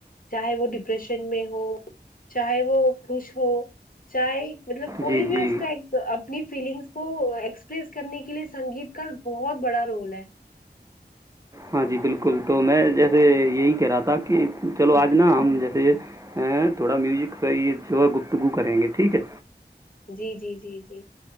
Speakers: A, on the left; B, on the right.
A: چاہے وہ ڈپریشن میں ہو چاہے وہ خوش ہو چائے مطلب کوئی
B: جی
A: بھی
B: جی
A: اس کا اپنی فیلنگس کو ایکسپریس کرنے کے لیے سنگیت کا بہت بڑا رول ہے
B: ہاں جی بالکل تو میں جیسے یہی کہہ رہا تھا کہ چلو آج نا ہم جیسے یہ ہ تھوڑا میوزک یہ جو گفتگو کریں گے ٹھیک ہے
A: جی جی جی جی